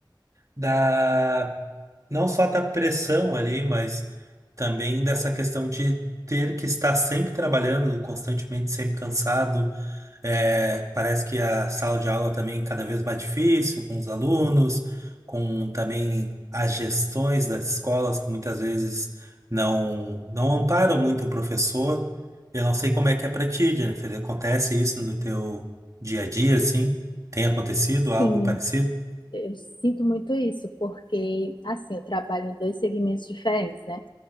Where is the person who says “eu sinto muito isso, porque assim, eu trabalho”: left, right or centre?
Left